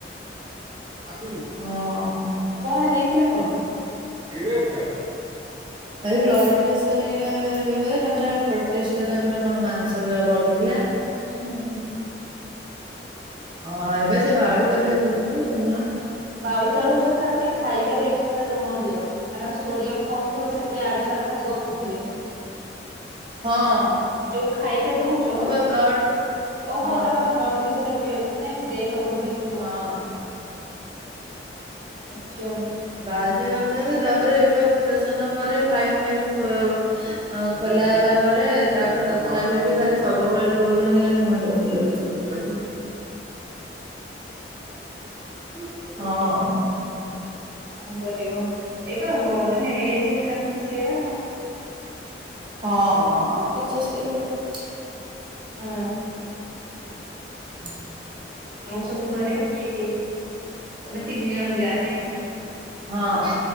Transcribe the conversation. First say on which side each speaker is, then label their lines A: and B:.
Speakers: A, on the right; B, on the right.
A: ହଁ।
B: କଣ ହେଇଥିଲା କଣ?
A: କିଏରେ ବାପା? ଭାଇ ବ୍ଲଡ ପ୍ରେସର ଇଏ ହେଇଗଲା ତାପରେ ପ୍ରୋଟେଷ୍ଟରେ ତାଙ୍କର କଣ ମାଂସ ବଢିଥିଲା
B: ହୁଁ ହୁଁ ହୁଁ।
A: ହଁ ଏବେ ସେ ବାଉଳି ଚାଉଳି ହଉଛନ୍ତି କଉନା
B: ବାଉଳି ଚାଉଳି ହଉଛନ୍ତି ତାକୁ ଟିକ୍ ଖାଇବାରେ ଏକ୍ସଟ୍ରା ଲୁଣ ଦିଅ। ତାଙ୍କର ସୋଡିୟମ କମ ଥିବ ସେଥିପାଇଁ ଆଡୁ ସ୍ୟାଡୁ ଖାଲି ଗପୁଥିବେ।
A: ହଁ।
B: ଯୋଉ ଖାଇବା ଦଉଛ
A: କିନ୍ତୁ
B: ଓ
A: ବା ବ୍ଲଡ ହଁ
B: ହ ତାଙ୍କର ବ ବ୍ଲଡ଼ ପ୍ରେସର ବି ଅଛି ନାଇଁକି ଦେଇହବନି ବେଶ
A: ହଁ।
B: ଆଚ୍ଛା।
A: ବାଲଜିି ହଉଛନ୍ତି ତାପରେ ଏବେ ଅପରେସନ ପରେ ପାଇପ ଫାଇପ ଖୋ ଅ ଖୋଲା ହେଲା ପରେ ତାପରେ ତଥାପି ବି ଖାଲି ସବୁବେଳେ କହୁଛନ୍ତି ଖାଲି ମୁଣ୍ଡ ବୁଲଉଛି। <inaudible>
B: ହୁଁ
A: ହଁ।
B: କଣ କରିବ ଏଇଟା ମାନେ ଏଜ୍ ହେଲା ମାନେ ସେୟା ଆାଉ।
A: ହଁ ପଚସ୍ତରୀ ବର୍ଷ
B: ହଁ।
A: ହୁଁ
B: ଆଉ ସବୁ ଘରେ କିଏ କିଏ ତମେ ତିନି ଜଣ ଯାଆ ନାଇଁକି?
A: ହଁ